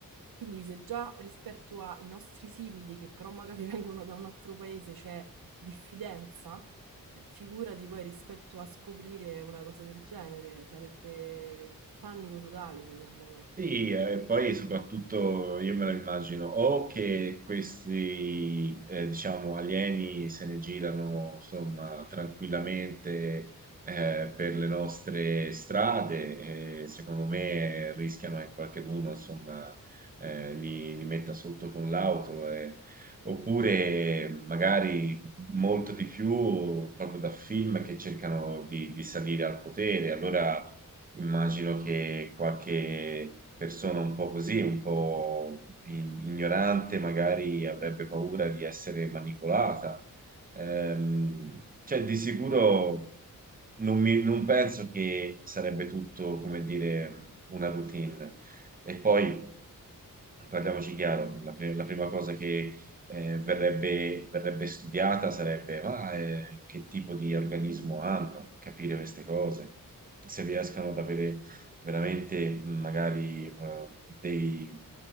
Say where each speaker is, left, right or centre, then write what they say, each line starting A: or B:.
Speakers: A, on the right (about 85°); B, on the right (about 25°).
A: Quindi se già rispetto ai nostri simili, che però magari <laughs> vengono da un altro paese, c'è diffidenza, eh, figurati poi rispetto a scoprire una cosa del genere, sarebbe il panico totale, secondo me.
B: Sì, e poi soprattutto io me lo immagino o che questi, eh, diciamo, alieni se ne girano, insomma, tranquillamente, eh, per le nostre strade, eh, secondo me rischiano che qualcheduno, insomma, eh, li, li metta sotto con l'auto, eh. Oppure magari molto di più proprio da film che cercano di, di salire al potere, allora Immagino che qualche persona un po' così, un po' in- ignorante, magari avrebbe paura di essere manipolata. Ehm, cioè, di sicuro non, mi- non penso che sarebbe tutto, come dire, una routine. E poi, parliamoci chiaro, la, pri- la prima cosa che eh, verrebbe, verrebbe studiata sarebbe ah, eh, che tipo di organismo hanno, capire queste cose, se riescano ad avere veramente mh, magari eh, dei,